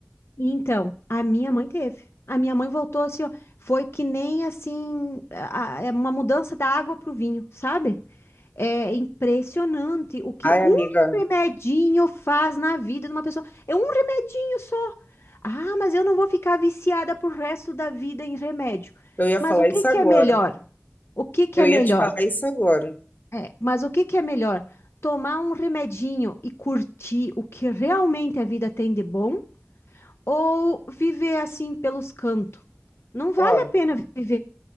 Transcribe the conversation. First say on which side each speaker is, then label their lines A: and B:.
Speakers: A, on the left; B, on the left.
A: Então, a minha mãe teve. A minha mãe voltou assim, ó, foi que nem assim, a- a- é uma mudança da água pro vinho, sabe? É impressionante o que
B: Ai,
A: um
B: amiga,
A: remedinho faz na vida de uma pessoa. É um remedinho só. Ah, mas eu não vou ficar viciada pro resto da vida em remédio.
B: eu ia
A: Mas
B: falar
A: o que
B: isso
A: que
B: agora.
A: é melhor? O que que
B: Eu
A: é
B: ia
A: melhor?
B: te falar isso agora.
A: É, Mas o que que é melhor? Tomar um remedinho e curtir o que realmente a vida tem de bom ou viver assim pelos cantos? Não vale
B: Ó,
A: a pena viver